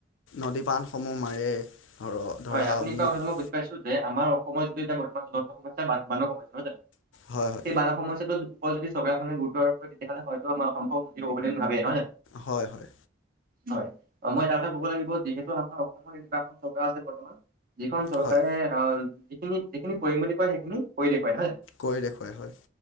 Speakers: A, on the left; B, on the right.
A: নদী বান্ধসমূহ মাৰে, ধৰ ধৰা
B: হয় আপুনি
A: উন্নত
B: কোৱা কথাটো মই বুজি পাইছো যে, আমাৰ অসমত এইটো এতিয়া বৰ্তমান জন সমস্যা বা মানৱ সমস্যা
A: হয়, হয়,
B: এই বানৰ সমস্যাটোত ওপৰত যদি চৰকাৰখনে গুৰুত্ব আৰোপ কৰে, তেতিয়াহ'লে হয়তো আমা অসমখন সুখী হ'ব বুলি ভাবেই নহয়া জানো?
A: হয়, হয়,
B: হয়, মই এটা কথা কব লাগিব - যিহেতু আমাৰ অসমৰ এনেকুৱা এখন চৰকাৰ আছে বৰ্ত যিখন চৰকাৰে,
A: হয়
B: অ যিখিনি যিখিনি কৰিম বুলি কয় সেইখিনি কৰি দেখুৱায়। নহ
A: কৰি দেখুৱায় হয়।